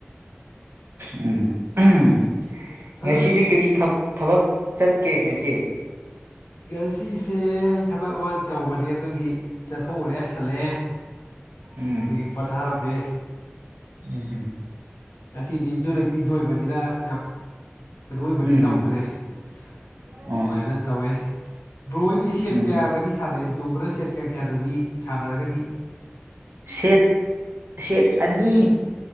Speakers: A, on the right; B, on the left.
A: ꯎꯝ ꯎꯝ ꯉꯁꯤꯗꯤ
B: ꯑꯗꯨꯗꯤ
A: ꯀꯔꯤ ꯊ ꯊꯕꯛ ꯆꯠꯀꯦ ꯉꯁꯤ
B: ꯉꯁꯤꯁꯦ ꯑꯩ ꯊꯕꯛ ꯑꯃ ꯇꯧꯕꯅꯦ ꯑꯗꯨꯒꯤꯠ ꯊꯣꯛꯎꯔꯦ ꯍꯜꯂꯛꯑꯦ
A: ꯎꯝ
B: ꯑꯗꯨꯒꯤ ꯄꯣꯊꯥꯔꯝꯃꯦ
A: ꯎꯝ
B: ꯉꯁꯤꯗꯤ ꯁꯖ ꯂꯩꯇꯤꯖ ꯑꯣꯏꯕꯅꯤꯅ ꯌꯥꯝ ꯀꯗꯣ ꯑꯣꯏꯕꯗꯤ
A: ꯎꯝ
B: ꯇꯧꯗ꯭ꯔꯦ ꯑꯗꯨ
A: ꯎꯝ
B: ꯥꯏꯗ ꯇꯧꯏꯦ ꯕ꯭ꯔꯣꯗꯤ ꯁꯦꯠꯀꯦ
A: ꯎꯝ
B: ꯍꯥꯏꯔꯒꯗꯤ ꯁꯥꯗꯩꯁꯦ ꯑꯗꯨꯒꯕꯅ ꯁꯦꯠ ꯀꯌꯥ ꯀꯌꯥꯗꯗꯤ ꯁꯥꯗꯔꯒꯗꯤ
A: ꯁꯦꯠ ꯁꯦꯠ ꯑꯅꯤ